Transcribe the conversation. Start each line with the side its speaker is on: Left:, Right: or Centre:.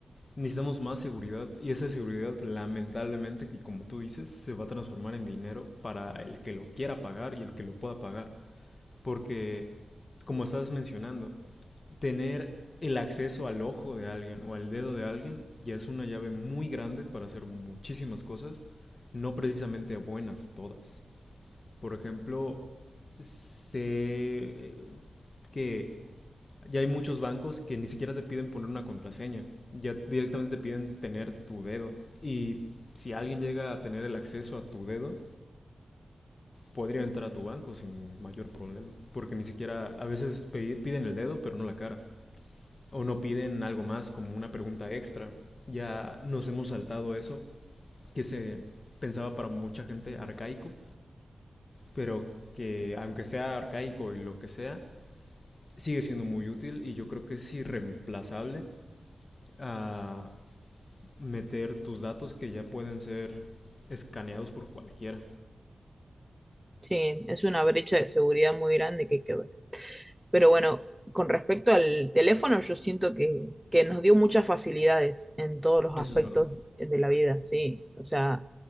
Left: necesitamos más seguridad y esa seguridad lamentablemente, que como tú dices, se va a transformar en dinero para el que lo quiera pagar y el que lo pueda pagar. Porque, como estás mencionando, tener el acceso al ojo de alguien o al dedo de alguien ya es una llave muy grande para hacer muchísimas cosas, no precisamente buenas todas. Por ejemplo, sé eh, que ya hay muchos bancos que ni siquiera te piden poner una contraseña, ya directamente te piden tener tu dedo. Y si alguien llega a tener el acceso a tu dedo, podría entrar a tu banco sin mayor problema, porque ni siquiera a veces pe- piden el dedo, pero no la cara, o no piden algo más como una pregunta extra. Ya nos hemos saltado eso, que se pensaba para mucha gente arcaico, pero que aunque sea arcaico y lo que sea, sigue siendo muy útil y yo creo que es irreemplazable a meter tus datos que ya pueden ser escaneados por cualquiera.
Centre: Sí, es una brecha de seguridad muy grande que hay que pero bueno, con respecto al teléfono, yo siento que, que nos dio muchas facilidades en todos los
Left: Eso
Centre: aspectos
Left: es verdad.
Centre: de la vida, sí. O sea,